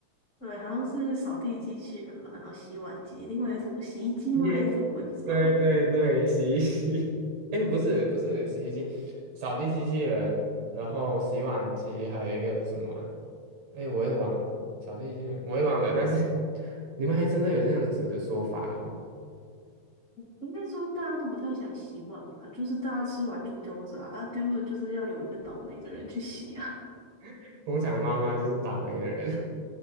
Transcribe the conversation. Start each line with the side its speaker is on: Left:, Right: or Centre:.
Left: 对，好像是扫地机器人吧，然后洗碗机，另外是什么洗衣机吗？
Right: 耶，
Left: 还是什么？我也不知道。
Right: <laughs> 对对对，洗衣机，<laughs> 哎，不是不是洗衣机，扫地机器人，然后洗碗机，还有一个是什么啊？哎，我也忘了，扫地机器人我也忘了，但是 <laughs> 你们还真的有这样子的说法哦。
Left: 应该是说大家都不太想洗碗吧，就是大家吃完就丢着啊，啊丢着就是要有一个倒霉的人去洗啊。
Right: <laughs> 工厂妈妈就是倒霉的人，